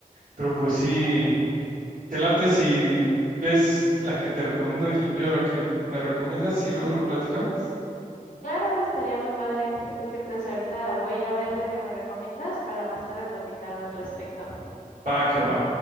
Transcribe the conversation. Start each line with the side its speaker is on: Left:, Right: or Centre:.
Right: Pero pues sí, te late si ves la que te recomiendo y veo la que me recomiendas y luego lo platicamos.
Left: Claro, estaría muy padre. Yo creo que entonces ahorita voy a ir a ver la que me recomiendas para más tarde platicar al respecto.
Right: Va, que va.